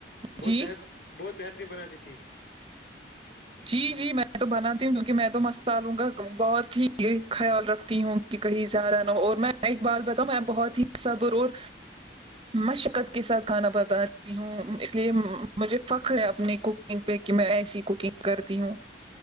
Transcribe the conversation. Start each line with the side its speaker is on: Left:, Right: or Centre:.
Left: بہت
Right: جی،
Left: ب بہت بہترین بناتی تھی
Right: جی جی میں تو بناتی ہوں کیونکہ میں تو مصالحوں کا بہت ہی خیال رکھتی ہوں کہ کہیں زیادہ نہ ہو اور میں ایک بات بتاؤں میں بہت ہیصبر اور میں شقت کے ساتھ کھانا بتاتی ہوں اس لیے مجھے فخر ہے اپنے کوک کنگ پہ کہ میں ایسی کوکنگ کرتی ہوں